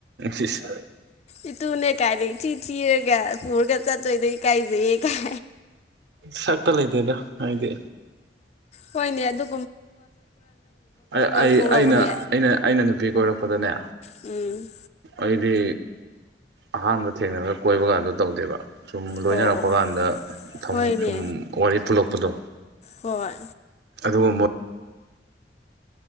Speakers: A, on the right (about 70°); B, on the left (about 40°).
A: ꯏꯁ
B: ꯏꯇꯨꯅꯦ ꯀꯥꯏꯅ ꯏꯊꯤ ꯊꯤꯔꯒ ꯄꯨꯔꯒ ꯆꯠꯇꯣꯢꯗꯣ ꯏꯀꯥꯏꯖꯩꯌꯦ ꯀꯥꯏ
A: ꯁꯛꯇ ꯂꯩꯇꯦꯗ ꯍꯥꯏꯗꯤ
B: ꯍꯣꯏꯅꯦ ꯑꯗꯨ
A: ꯑꯩ ꯑꯩ
B: ꯊꯣꯛꯂꯛꯎꯅꯦ
A: ꯑꯩꯅ ꯑꯩꯅ ꯑꯩꯅ ꯅꯨꯄꯤ ꯀꯣꯏꯔꯛꯄꯗꯅꯦ
B: ꯎꯝ
A: ꯑꯩꯗꯤ ꯑꯍꯥꯟꯕ ꯊꯦꯡꯅꯔꯒ ꯀꯣꯏꯕ ꯀꯥꯗꯣ ꯇꯧꯗꯦꯕ ꯁꯨꯝ ꯂꯣꯏꯅꯔꯛꯄ
B: ꯑꯣ ꯑꯣ
A: ꯀꯥꯟꯗ ꯊꯝ
B: ꯍꯣꯏꯅꯦ
A: ꯁꯨꯝ ꯋꯥꯔꯤ ꯄꯨꯂꯛꯄꯗꯣ
B: ꯍꯣꯏ
A: <unintelligible>